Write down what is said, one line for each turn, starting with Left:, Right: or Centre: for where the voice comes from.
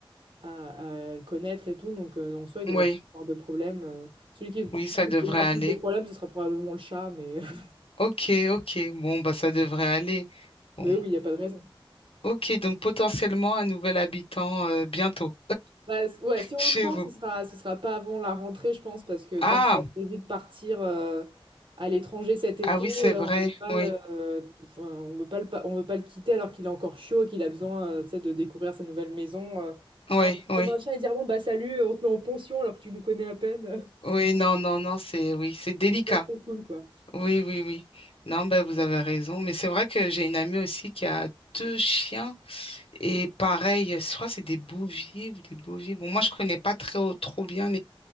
Right: à, à le connaître et tout. Donc, euh, en soi, il devrait
Left: Oui,
Right: pas avoir de problème. Euh, celui qui,
Left: oui,
Right: celui
Left: ça
Right: qui
Left: devrait
Right: posera
Left: aller.
Right: plus de problèmes, ce sera probablement le chat, mais, <laughs>
Left: Ok, ok. Bon, bah, ça devrait aller. Bon.
Right: mais oui, il n'y a pas de raison.
Left: Ok, donc potentiellement un nouvel habitant euh, bientôt
Right: Bah, c- ouais, si on
Left: chez
Right: le prend,
Left: vous.
Right: ce sera, ce sera pas avant la rentrée, je pense, parce que
Left: Ah,
Right: comme on a prévu de partir euh, à l'étranger cet été,
Left: ah oui, c'est
Right: euh,
Left: vrai.
Right: on veut pas,
Left: Oui,
Right: euh, enfin, on veut pas le, pa- on veut pas le quitter alors qu'il est encore chaud, et qu'il a besoin, euh, tu sais, de découvrir sa nouvelle maison. euh.
Left: oui,
Right: On va pas
Left: oui,
Right: prendre un chien et dire bon bah salut, on te met en pension alors que tu nous connais à peine.
Left: oui. Non, non, non, c'est oui, c'est
Right: <laughs>
Left: délicat.
Right: C'est pas très cool, quoi.
Left: Oui, oui, oui. Non, ben vous avez raison. Mais c'est vrai que j'ai une amie aussi qui a deux chiens et pareil, je crois que c'est des bouviers ou des bouviers. Bon, moi je connais pas très trop bien